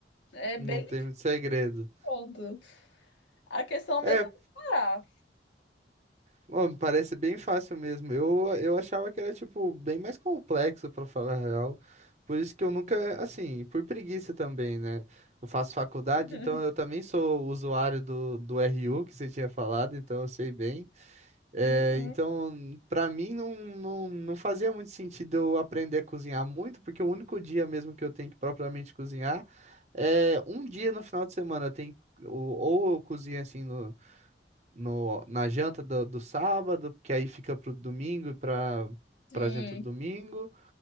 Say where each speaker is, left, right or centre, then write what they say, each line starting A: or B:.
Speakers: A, on the left (about 85°); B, on the right (about 40°).
A: É bem
B: Não tem muito segredo.
A: foda. A questão mesmo
B: É,
A: é preparar.
B: Bom, parece bem fácil mesmo. Eu, eu achava que era, tipo, bem mais complexo, pra falar a real. Por isso que eu nunca, assim, por preguiça também, né? Eu faço faculdade,
A: <laughs>
B: então eu também sou usuário do, do RU, que você tinha falado, então eu sei bem. É,
A: Uhum,
B: então, pra mim, não, não, não fazia muito sentido eu aprender a cozinhar muito, porque o único dia mesmo que eu tenho que propriamente cozinhar é um dia no final de semana. Eu tenho, que- ou, ou eu cozinho, assim, no no, na janta do, do sábado, que aí fica pro domingo e pra,
A: sim.
B: pra janta do domingo,